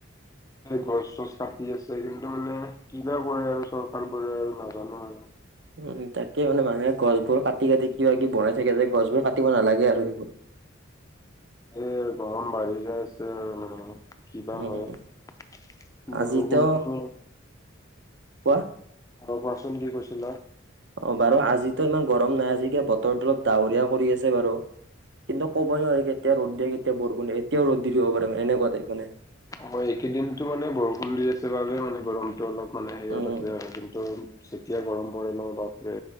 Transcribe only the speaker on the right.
উম, তাকে মানে মানুহে গছবোৰ কাটি-কাটি কিবা-কিবি বনাই থাকে যে গছবোৰ কাটিব নালাগে আৰু সেইবোৰ।
উম,
আজিতো
কোৱা?
অ', বাৰু আজিতো ইমান গৰম নাই। আজি কিবা বতৰটো অলপ ডাৱৰীয়া কৰি আছে বাৰু। কিন্তু ক'বই নোৱাৰি। কেতিয়া ৰ'দ দিয়ে, কেতিয়া বৰষুণ দিয়ে। এতিয়াও ৰ'দ দি দিব পাৰে, এনেকুৱা টাইপ মানে।
উম,
উম।